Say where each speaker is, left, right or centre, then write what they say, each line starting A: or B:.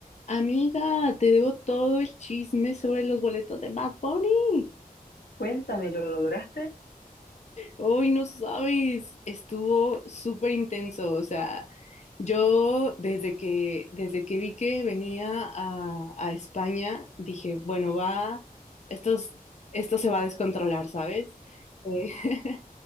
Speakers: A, on the left; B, on the left.
A: Amiga, te debo todo el chisme sobre los boletos de Bad Bunny.
B: Cuéntame, ¿lo lograste?
A: Hoy no sabes, estuvo súper intenso, o sea, yo desde que, desde que vi que venía a, a España, dije, bueno, va, esto, es- esto se va a descontrolar, ¿sabes? Eh, <laughs>